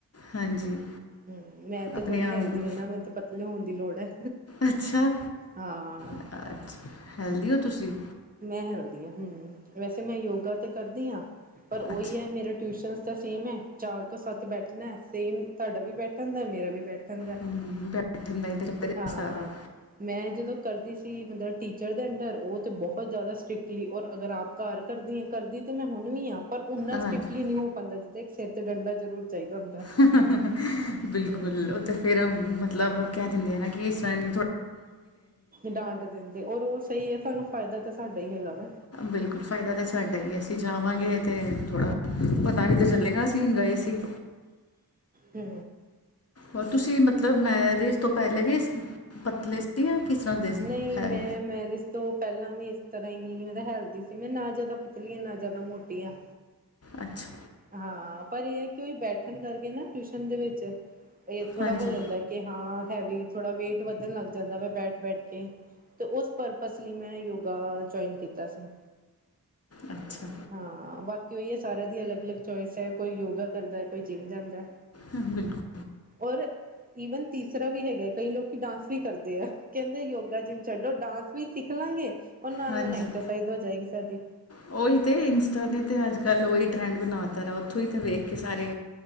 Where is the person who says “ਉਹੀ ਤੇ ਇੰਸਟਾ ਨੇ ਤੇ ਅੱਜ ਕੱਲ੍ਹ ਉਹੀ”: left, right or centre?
Left